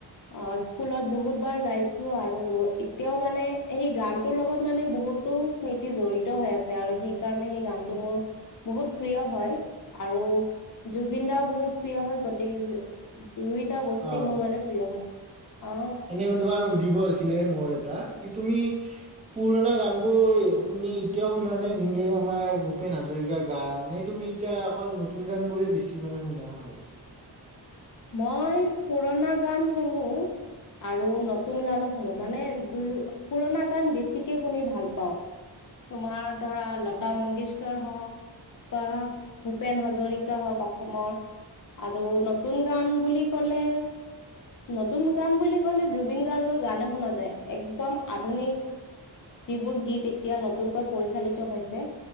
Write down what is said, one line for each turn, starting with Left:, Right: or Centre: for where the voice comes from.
Left: আ স্কুলত বহুতবাৰ গাইছো আৰু এতিয়াও মানে এই গানটোৰ লগত মানে বহুতো স্মৃতি জড়িত হৈ আছে আৰু সেইকাৰণে সেই গানটো মোৰ বহুত প্ৰিয় হয় আৰু জুবিন দাও বহুত প্ৰিয় হয় গতিকে দুইটা বস্তু
Right: অ
Left: মানে মোৰ মানে প্ৰিয় হয়। অ
Right: এনে তোমাৰ সুধিব আছিলে মোৰ এটা কি তুমি পুৰণা গানবোৰ শুনি এতিয়াও শুনা নাই যেনেকে আমাৰ ভূপেন হাজৰিকাৰ গান নে তুমি তিয়া অকল নতুন গানবোৰে বেছি মানে শুনা হয়?
Left: মই পুৰণা গান শুনো। আৰু নতুন গানো শুনো মানে দুয়ো পুৰণা গান বেছিকে শুনি ভাল পাওঁ। তোমাৰ ধৰা লতা মংগেশকৰ হওঁক বা ভূপেন হাজৰিকা হওঁক অসমৰ আৰু নত তুন গান বুলি ক'লে নতুন গান বুলি ক'লে জুবিন গাৰ্গৰ গানে শুনা যায়। একদম আধুনিক যিবোৰ গীত এতিয়া নতুনকৈ পৰিচালিত হৈছে